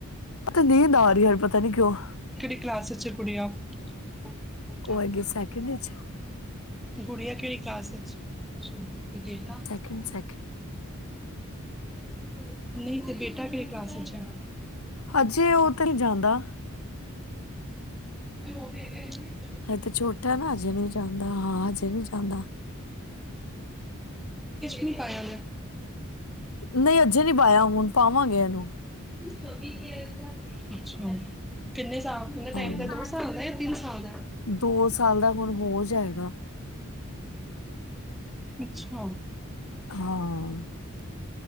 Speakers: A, on the left; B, in the centre.
A: ਤੇ ਨੀਂਦ ਆ ਰਹੀ ਯਾਰ ਪਤਾ ਨੀ ਕਿਉਂ
B: ਕਲਾਸ ਪੰਜ ਚਾਰ ਕੁੜੀਆਂ ਹਾਂ
A: ਉਹ ਹੈਗੇ ਸੈਕਿੰਡ ਚ
B: ਗੁੜੀਆ ਕਿਹੜੀ ਕਲਾਸ ਵਿੱਚ ਕਿ ਤਾਂ
A: ਸੈਕਿੰਡ ਸੈਕਿੰਡ
B: <unintelligible> ਨਹੀਂ ਤੇ ਬੇਟਾ ਕੀ ਕਲਾਸ ਅੱਛਾ
A: ਹਜੇ ਉਹ ਤਾਂ ਨਹੀਂ ਜਾਂਦਾ
B: ਹੋਵੇ ਕ
A: ਹ ਤਾਂ ਛੋਟਾ ਨਾ ਹਜੇ ਨਹੀਂ ਜਾਂਦਾ ਹਾਂ ਹਜੇ ਨਹੀਂੀ ਜਾਂਦਾ
B: ਨੀ ਪਾਇਆ
A: ਨਹੀਂ ਅਜੇ ਨੀ ਪਾਇਆ ਹੁਣ ਪਾਵਾਂਗੇ ਇਹਨੂੰ
B: ਸਭੀ ਕੇ ਅੱਛਾ ਕਿੰਨੇ ਸਾਲ ਕਿੰਨੇ ਟਾਈਮ
A: ਹਾਂ
B: ਦਾ ਦੋ ਸਾਲ ਦਾ ਜਾਂ ਤਿੰਨ ਸਾਲ ਦਾ
A: ਦੋ ਸਾਲ ਦਾ ਹੁਣ ਹੋ ਜਾਏਗਾ
B: ਅੱਛਾ
A: ਹਾਂ